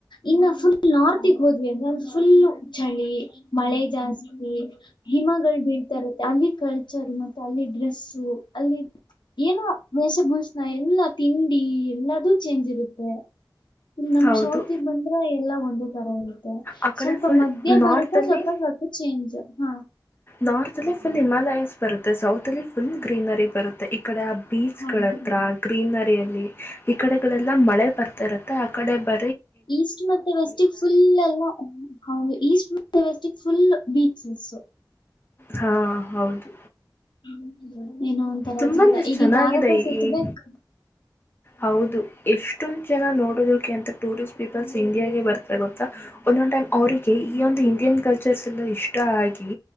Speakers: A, on the left; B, on the left.
A: ಇನ್ನ ಫುಲ್ ನಾರ್ತ್ಗೆ ಹೋದ್ವಿ ಅಂದ್ರೆ ಅ ಫುಲ್ ಚಳಿ ಮಳೆ ಜಾಸ್ತಿ ಹಿಮಗಳು ಬೀಳ್ತಾ ಇರುತ್ತೆ ಅಲ್ಲಿ ಕಲ್ಚರ್ ಮತ್ತೆ ಅಲ್ಲಿ ಡ್ರೆಸ್ಸು ಅಲ್ಲಿ ಏನೋ ವೇಷಭೂಷಣ ಎಲ್ಲಾ ತಿಂಡಿ ಎಲ್ಲಾದೂ ಚೇಂಜ್ ಇರುತ್ತೆ ಇಲ್ಲಿ ನಮ್
B: ಹೌದು
A: ಸೌತ್ ಬಂದ್ರ ಎಲ್ಲಾ ಒಂದೇ ತರ ಮ
B: ಆ ಕಡೆ
A: ಸ್ವಲ್ಪ
B: ಫುಲ್
A: ಮಧ್ಯ
B: ನಾರ್ತ್
A: ಭಾರತ
B: ಅಲ್ಲಿ
A: ಸ್ವಲ್ಪ ಸ್ವಲ್ಪ ಚೇಂಜ್ ಹಾ
B: ನಾರ್ತ್ ಅಲ್ಲಿ ಫುಲ್ ನಿಮಾಲ ಎಸ್ ಬರುತ್ತೆ ಸೌತ್ಲ್ಲಿ ಫುಲ್ ಗ್ರೀನರಿ ಬರುತ್ತೆ ಈ ಕಡೆ ಬೀಚ್
A: ಹೌದು.
B: ಗಳ ಹತ್ರ ಗ್ರೀನರಿಯಲ್ಲಿ ಈ ಕಡೆಗಳೆಲ್ಲ ಮಳೆ ಬರ್ತಾ ಇರುತ್ತೆ ಆ ಕಡೆ ಬ
A: ಈಸ್ಟ್ ಮತ್ತೆ ವೆಸ್ಟ ಫುಲ್ ಈಸ್ಟ್ ಮೆ ವೆಸ್ಟ ಫುಲ್ ಬೀಚಸ್
B: ಹಾ ಹೌದು
A: ಹ್ಮ್ಮ ಇನ್ನ ಒಂ ತರ
B: ತುಂಬಾನೇ
A: ಚಲ್ಲ ಇೀ
B: ಚೆನ್ನಾಗಿದೆ
A: ಭಾರತ ಸ್ವಚ್
B: ಈ
A: ಬಕ್
B: ಹೌದು ಎಷ್ಟೊಂದ ಜನ ನೋಡೋದಕ್ಕೆ ಅಂತ ಟೂರಿಸ್ಟ್ ಪೀಪಲ್ಸ್ ಇಂಡಿಯಾಗೆ ಬರ್ತ ಗೊತ್ತಾ ಒಂದಂಟ ಅವರಿಗೆ ಈ ಒಂದು ಇಂಡಿಯನ್ ಕಲ್ ರ್ಸ್ ಎಲ್ಲ ಇಷ್ಟ ಆಗಿ